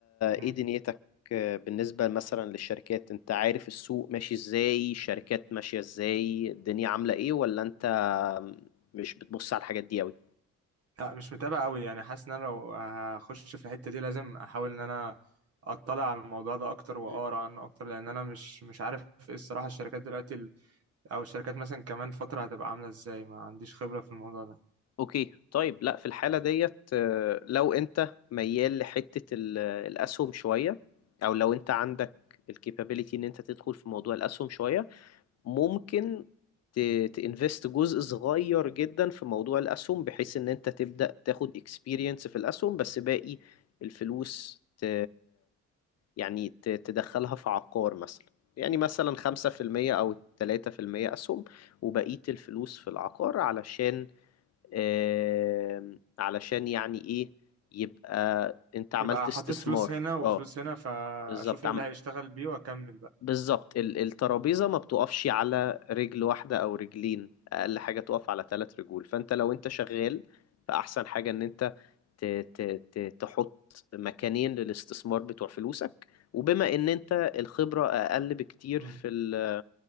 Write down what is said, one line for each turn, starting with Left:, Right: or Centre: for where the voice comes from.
Right: امم
Left: ايه دنيتك آه، بالنسبه مثلا للشركات انت عارف السوق ماشي ازاي الشركات ماشيه ازاي الدنيا عامله ايه ولا انت مش بتبص على الحاجات دي قوي
Right: لا مش متابع قوي يعني حاسس ان انا لو هخش في الحته دي لازم احاول ان انا اطلع على الموضوع ده اكتر واقرا
Left: مم.
Right: عنه اكتر لان انا مش مش عارف ايه الصراحه الشركات دلوقتي او الشركات مثلا كمان فترة هتبقى عاملة ازاي ما عنديش خبرة في الموضوع ده
Left: اوكي طيب لا في الحالة ديت آه، لو انت ميال لحتة ال- الاسهم شوية او لو انت عندك الكابابيليتي ان انت تدخل في موضوع الاسهم شوية ممكن تانفست جزء صغير جدا في موضوع الأسهم بحيث إن أنت تبدأ تاخد اكسبيرينس في الأسهم بس باقي الفلوس ت... يعني ت- تدخلها في عقار مثلا يعني مثلا خمسة في المية أو تلاتة في المية أسهم وبقية الفلوس في العقار علشان آم، علشان يعني إيه يبقى أنت عملت
Right: يبقى
Left: استثمار
Right: حطيت فلوس هنا وفلوس
Left: اه
Right: هنا فاشوف
Left: بالظبط
Right: ايه
Left: عم...
Right: اللي هيشتغل بيه واكمل بقى
Left: بالظبط ال- الترابيزة ما بتقفش على رجل واحدة أو رجلين أقل حاجة تقف على ثلاث رجول فأنت لو أنت شغال فأحسن حاجة إن أنت ت ت ت تحط مكانين للاستثمار بتوع فلوسك وبما إن أنت الخبرة أقل بكتير
Right: مم.
Left: في ال